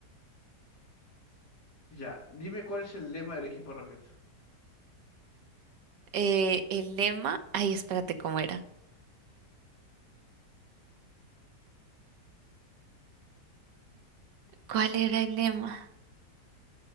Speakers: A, on the left; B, on the right.
A: ya, dime cuál es el lema del equipo Rocket.
B: Eh, el lema, ay, espérate, ¿cómo era? ¿Cuál era el lema?